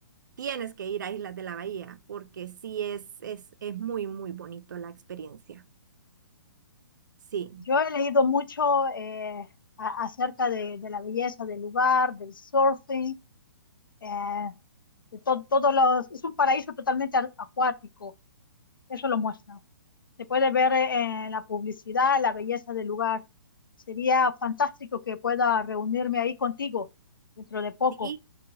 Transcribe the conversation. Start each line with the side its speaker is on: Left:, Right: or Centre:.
Right: tienes que ir a Islas de la Bahía, porque sí es, es, es muy, muy bonito la experiencia. Sí,
Left: Yo he leído mucho eh, a- acerca de, de la belleza del lugar, del surfing, eh, de to- todos los... Es un paraíso totalmente a- acuático, eso lo muestra. Se puede ver eh, en la publicidad la belleza del lugar. Sería fantástico que pueda reunirme ahí contigo dentro de poco.
Right: sí,